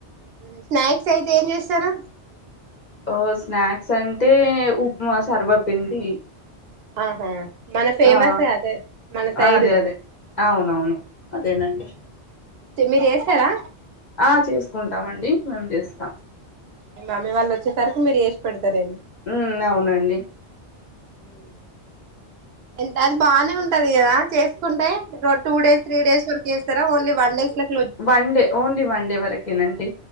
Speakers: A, on the right (about 70°); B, on the left (about 45°).
A: ఉ స్నాక్స్ అయితే ఏం చేస్తారు
B: ఓ స్నాక్స్ అంటే ఉప్మా సర్వపిండి
A: ఆహా మన ఫేమస్
B: ఆ
A: అదే మన సైడ్
B: అదే అదే అవునవును అదేనండి
A: తి మీరు చేస్తారా
B: ఆ చేసుకుంటామండి మేము చేస్తాం
A: మీ మమ్మీ వాళ్ళు వచ్చేసరికి మీరు చేసి పెడతారేమో
B: ఉ అవునండి
A: ఉ ఎంత అది బానే ఉంటది కదా చేసుకుంటే అ టూ డేస్ త్రీ డేస్ వరకేస్ స్తర ఓన్లీ వన్ డే కే
B: వన్డే ఓన్లీ వన్ డే వరకేనండి